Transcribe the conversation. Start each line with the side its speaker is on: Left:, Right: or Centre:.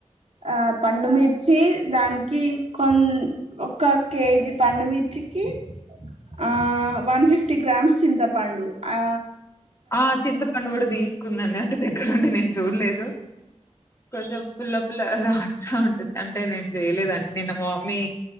Right: ఆ పండు మిర్చ్ చ్చి దానికి కొన్ ఒక కేజి పండుమిర్చికి ఆ వన్ ఫిఫ్టీ గ్రామ్స్ చింతపండు ఆ
Left: ఆ చింతపండు కూడ తీస్ కుందండి, అంటె దగ్గరుండి నేన్ చూలేదు కొంచం పుల్ల పుల్లగా తా ఉంటుంది అంటే నేన్ చేయలేదు అన్ని నిన్న మా మమ్మీ